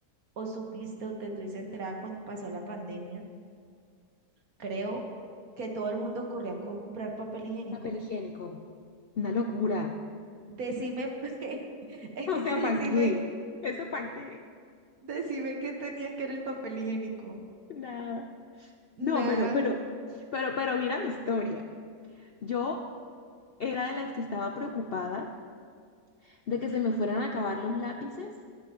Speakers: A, on the right; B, on the left.
A: o supiste o te tuviste enterada cuando pasó la pandemia, creo que todo el mundo corrió a comprar papel higiénico.
B: Papel higiénico. Una locura. <laughs>
A: Decime, <laughs>
B: O sea,
A: decime.
B: ¿para qué? ¿Eso para qué?
A: Decime qué tenía que era el papel higiénico.
B: Nada.
A: Nada,
B: No, pero, pero, pero, pero mira mi historia. Yo era de las que estaba preocupada de que se me fueran a acabar los lápices